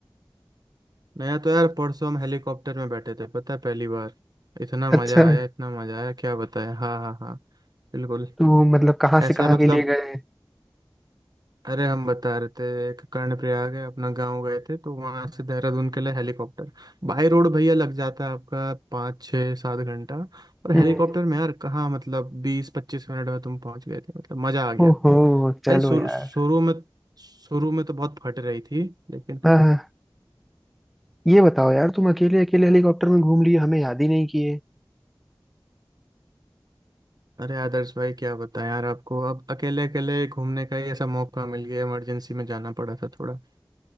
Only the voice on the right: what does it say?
नया तो यार परसों हम हेलीकॉप्टर में बैठे थे पता है पहली बार इतना मजा
आया इतना मजा आया क्या बताया हाँ हाँ हाँ बिल्कुल
ऐसा
मतलब
अरे हम बता रहे थे एक कर्णप्रयाग है अपना गांव गए थे तो वहां से देहरादून के लिए हेलीकॉप्टर बाय रोड भैया लग जाता है आपका पाँच छः सात घंटा और हेलीकॉप्टर
में यार कहाँ मतलब बीस पच्चीस मिनट में तुम पहुंच गए थे मतलब मजा आ गया
भाई शुरू
शुरू में शुरू में तो बहुत फट रही थी लेकिन
अरे आदर्श भाई क्या बताएं यार आपको अब अकेले अकेले घूमने का ही ऐसा मौका मिल गया इमरजेंसी में जाना पड़ा था थोड़ा